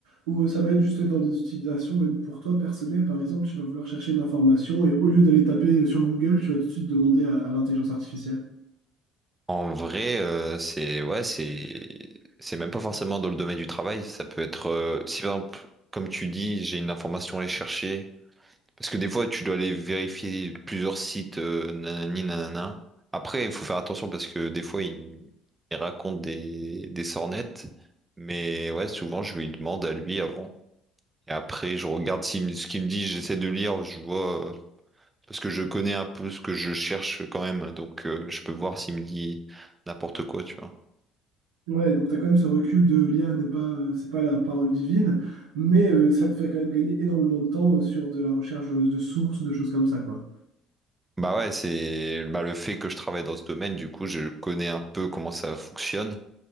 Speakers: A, on the right; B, on the right.
A: ou euh, ça va être juste dans des utilisations même pour toi personnel. Par exemple, tu vas vouloir chercher une information et au lieu d'aller taper euh, sur Google, tu vas tout de suite demander à, à l'intelligence artificielle.
B: En vrai, euh, c'est ouais, c'est c'est même pas forcément dans le domaine du travail. Ça peut être euh, si par exemple, comme tu dis, j'ai une information à aller chercher Parce que des fois, tu dois aller vérifier plusieurs sites, euh, nanani, nanana. Après, il faut faire attention parce que des fois, il, il raconte des, des sornettes. Mais ouais, souvent, je lui demande à lui avant. Et après, je regarde s'il me- ce qu'il me dit, j'essaie de lire, je vois. euh, Parce que je connais un peu ce que je cherche quand même. Donc, euh, je peux voir s'il me dit n'importe quoi, tu vois.
A: Ouais, donc tu as quand même ce recul de l'IA n'est pas, euh, c'est pas la parole divine, mais euh, ça te fait quand même gagner énormément de temps euh, sur de la recherche de, de sources, de choses comme ça, quoi.
B: Bah ouais, c'est bah, le fait que je travaille dans ce domaine, du coup, je connais un peu comment ça fonctionne.